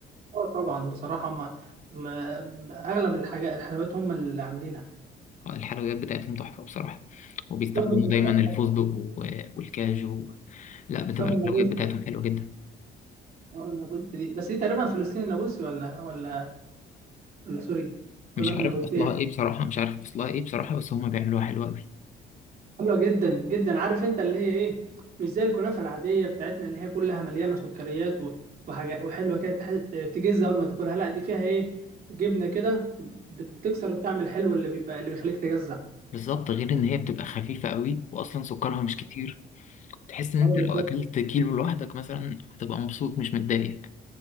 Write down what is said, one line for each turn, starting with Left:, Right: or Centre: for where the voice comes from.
Right: اه طبعا بصراحه ما, ما ما- اغلب الحاجات الحلويات هم اللي عاملينها
Left: آه، الحلويات بتاعتهم تحفة بصراحة وبيستخدموا
Right: الفراخ- الفراخ
Left: دايما الفستق و- والكاجو لا بتبقى
Right: النابلسي
Left: الحلويات بتاعتهم حلوة جدا
Right: اه النابلسي دي بس دي تقريبا فلسطيني النابلسي ولا ولا ولا سوري الكنافه
Left: مش عارف
Right: النابلسيه
Left: أصلها إيه بصراحة مش عارف أصلها إيه بصراحة بس هما بيعملوها حلوة أوي
Right: حلوه جدا جدا عارف انت اللي هي ايه مش زي الكنافه العاديه بتاعتنا اللي هي كلها مليانه سكريات و- وحاجات وحلوه كده تح- تجز اول ما تاكلها لا دي فيها ايه جبنه كده بت- بتكسر الطعم الحلو اللي بيبقى اللي بيخليك تجزع
Left: بالظبط غير إن هي بتبقى خفيفة أوي وأصلا سكرها مش كتير تحس إن أنت
Right: ايوه بالظبط
Left: لو أكلت كيلو لوحدك مثلا هتبقى مبسوط مش متضايق